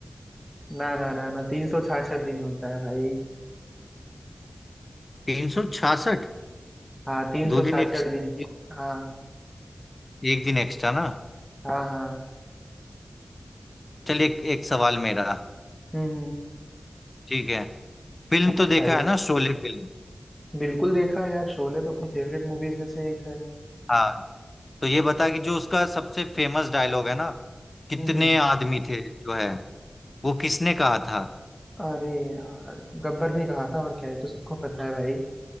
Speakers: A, in the centre; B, on the left.
A: ना ना ना ना तीन सौ छाछठ दिन होता है भाई
B: तीन सौ छियासठ
A: हाँ तीन
B: दो
A: सौ
B: दिन
A: छाछठ
B: एक,
A: दिन
B: एक,
A: हाँ
B: एक दिन एक्स्ट्रा ना
A: हाँ हाँ
B: चल एक एक सवाल मेरा
A: हम्म हम्म,
B: ठीक है फिल्म
A: पूछ
B: तो देखा
A: भाई
B: है ना शोले फिल्म
A: बिल्कुल देखा है यार शोले तो अपनी फेवरेट मूवीज में से एक है
B: हाँ तो ये बता कि जो उसका सबसे फेमस डायलॉग है ना कितने
A: हम्म हम्म।
B: आदमी थे जो है वो किसने कहा था
A: अरे यार गब्बर ने कहा था और क्या है तो सबको पता है भाई